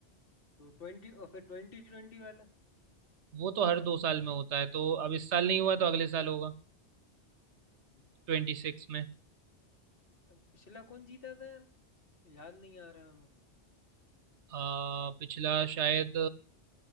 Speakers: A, on the left (about 55°); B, on the right (about 80°).
A: तो ट्वेंटी और फिर ट्वेंटी ट्वेंटी वाला
B: वो तो हर दो साल में होता है तो अब इस साल नहीं हुआ तो अगले साल होगा
A: हम्म।
B: ट्वेंटी सिक्स में
A: पिछला कौन जीता था यार याद नहीं आ रहा हमें
B: आ, पिछला शायद